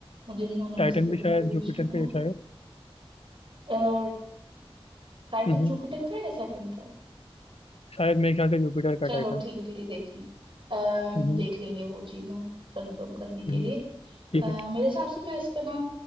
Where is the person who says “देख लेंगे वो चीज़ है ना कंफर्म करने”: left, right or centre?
Right